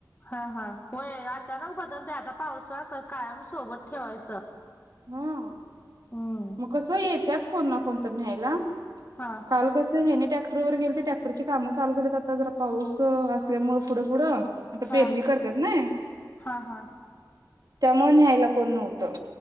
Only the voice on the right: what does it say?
हो
मग कस येतत कोण ना कोणत न्यायला
काल कसं हे नाही ट्रॅक्टर वर गेल ते ट्रॅक्टरची कामं चालू झाली आता जरा पाऊस असल्यामुळे पुढं फुढं आता
पेरणी करतात ना
त्यामु न्यायला कोण नव्हतं